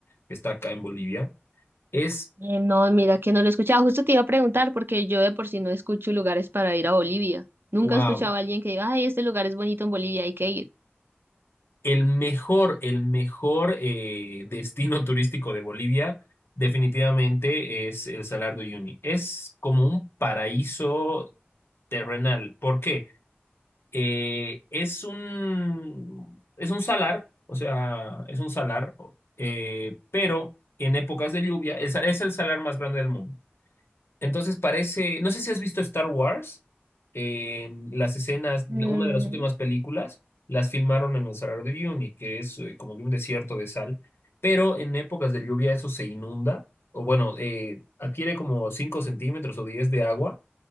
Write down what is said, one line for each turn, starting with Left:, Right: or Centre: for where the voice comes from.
Left: que está acá en Bolivia. Es,
Right: Eh, no, mira que no lo he escuchado. Justo te iba a preguntar porque yo de por sí no escucho lugares para ir a Bolivia. Nunca
Left: wow,
Right: he escuchado a alguien que diga, ay, este lugar es bonito en Bolivia, hay que ir.
Left: el mejor, el mejor eh, destino <laughs> turístico de Bolivia definitivamente es el Salar de Uyuni. Es como un paraíso terrenal. ¿Por qué? Eh, es un, es un salar, o sea, es un salar, eh, pero en épocas de lluvia el sa- es el salar más grande del mundo. Entonces parece, no sé si has visto Star Wars, eh, las escenas, una
Right: Mm,
Left: de las últimas películas, las filmaron en el Salar de Uyuni, que es eh, como de un desierto de sal, pero en épocas de lluvia eso se inunda, o bueno, eh, adquiere como 5 centímetros o 10 de agua